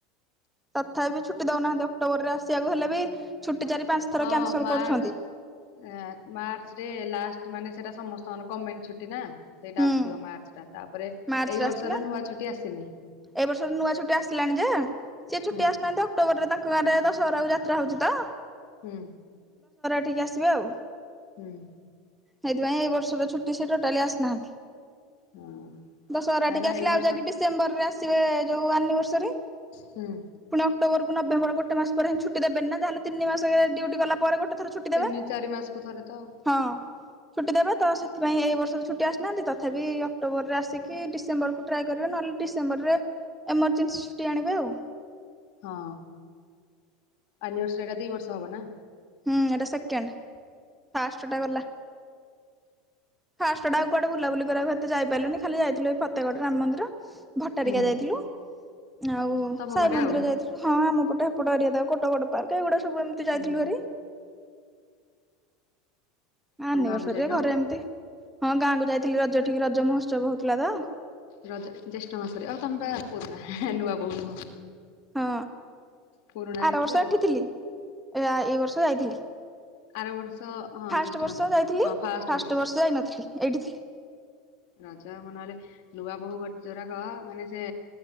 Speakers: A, in the centre; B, on the left.
A: ତଥାବି ଛୁଟି ଦଉନାହାନ୍ତି ଅକ୍ଟୋବର ରେ ଆସିବାକୁ ହେଲେ ବି ଛୁଟି ଚାରି ପାଞ୍ଚ ଥର
B: ହଁ
A: କ୍ୟାନସଲ
B: ମାର୍ଚ୍ଚ,
A: କରୁଛନ୍ତି
B: ଅ-ଅ ମାର୍ଚ୍ଚ ରେ ଲାଷ୍ଟ ତ ମାନେ ସେଟା ସମସ୍ତଙ୍କର ଗଭର୍ଣ୍ଣେଣ୍ଟ ଛୁଟି ନା। ସେଇଟା
A: ହୁଁ।
B: ଆସିଥିବ ମାର୍ଚ୍ଚ ଟା ତାପରେ
A: ମାର୍ଚ୍ଚରେ
B: ଏଇ ବର୍ଷର
A: ଆସିଥିଲା
B: ନୂଆ ଛୁଟି ଆସିନି।
A: ଏଇ ବର୍ଷର ନୂଆ ଛୁଟି ଆସିଲାଣି ଯେ, ସୀଏ ଛୁଟି
B: ହୁଁ
A: ଆସିନାହାନ୍ତି ଅକ୍ଟୋବର ରେ ତାଙ୍କ ଗାଁରେ ଦ ଶହରା ଯାତ୍ରା ହଉଛି ତ
B: ହୁଁ।
A: ଏଠିକେ ଆସିବେ ଆଉ।
B: ହୁଁ।
A: ସେଇଥିପାଇଁ ଏଇ ବର୍ଷର ଛୁଟି ସେ ଟୋଟାଲି ଆସିନାହାନ୍ତି।
B: ହଁ
A: ଦଶହରା
B: ନାଇଁ
A: ଟିକେ
B: ନା
A: ଆସିଲେ
B: ଏଇ ବର୍ଷ
A: ଆଉ ଯାଇକି ଡିସେମ୍ବର ରେ ଆସି ଆସିବେ ଯୋଉ ଆନିଭର୍ସରୀ
B: ହୁଁ
A: ପୁଣି ଅକ୍ଟୋବରକୁ ନଭେମ୍ବର ଗୋଟେ ମାସ ପରେ ହଁ ଛୁଟ ଛୁ ଦେବେନି ନା ଯାହେଲେ ତିନି ମାସରେ ଡ୍ୟୁଟି କଲା ପରେ ଗୋଟେ ଥର ଛୁଟି
B: ତିନି
A: ଦେବା
B: ଚାରି ମାସକୁ ଥରେ ତ ଆଉ
A: ହଁ। ଛୁଟି ଦେବେ ତ ସେଥିପାଇଁ ଏଇ ବର୍ଷର ଛୁଟି ଆସିନାହାନ୍ତି ତଥାପି ଅକ୍ଟୋବରରେ ଆସିକି ଡିସେମ୍ବରକୁ ଟ୍ରାଏ କରିବେ ନହେଲେ। ସେମ୍ବରରେ ଏମର୍ଜେନ୍ସି ଛୁଟି ଆଣିବେ ଆଉ।
B: ହଁ ଆନିବର୍ସ ବର୍ଷ ଏଟା ଦି ବର୍ଷ ହବ ନା?
A: ହୁଁ ଏଟା ସେକେଣ୍ଡ ଫାଷ୍ଟ ଟା ଗଲା ଫାଷ୍ଟଟ ଟା ଆଉ କୁଆଡେ ବୁଲାବୁଲି କରିବାକୁ ହେତେ ଯାଇାରିଲୁନି ଖାଲି ଯାଇଥିଲୁ ଏଇ ଫତେଗଡ ରାମ ମନ୍ଦୀର। ଭଟାରିକା
B: ହୁଁ
A: ଯାଇଥିଲୁ ଆଉ
B: ତମ
A: ସାଇ
B: ପଟେ
A: ମନ୍ଦିର
B: ଆଉ
A: ଯାଇଥିଲୁ ହଁ ଆମ ପଟ ହେପଟ ଏରିଆ ଟା କୋଟଗଡ ପାର୍କ ଏଗୁଡ଼ା ସବୁ ଏମତି
B: ହୁଁ
A: ଯାଇଥିଲୁ ଭାରି।
B: ତମ
A: ଆନିଭରସରିରେ
B: ଗାଁକୁ ଯାଇନ?
A: ଘରେ ଏମିତି ହଁ ଗାଁକୁ ଯାଇଥିଲି ରଜ ଠିକ ରଜ ମହୋତ୍ସବ ହଉଥିଲା ତ।
B: ରଜ ଜ୍ୟେଷ୍ଠ ମାସରେ ଓହ ତମେ ପା ପୁରୁଣା ହେ ହେ ନୂଆ ବୋହୁ ନୁହଁ।
A: ହଁ
B: ପୁରୁଣା ହେଇଥିଲେ
A: ଆର ବର୍ଷ
B: ଯିବ।
A: ଏଠି ଥିଲି ଏ ଆ ଏଇ ବର୍ଷ ଯାଇଥିଲି।
B: ଆର ବର୍ଷ ହଁ
A: ଫାଷ୍ଟ
B: ଜେଷ୍ଟ
A: ବର୍ଷ
B: ମାସ
A: ଯାଇଥିଲି
B: ହଁ ଫାଷ୍ଟ ବର୍ଷ।
A: ଯାଇନଥିଲି ଏଇଠି ଥିଲି
B: ରଜ ହବ ନହଲେ ନୂଆ ବହୂ ଗୋ ଯୋଉରାକ ମାନେ ସେ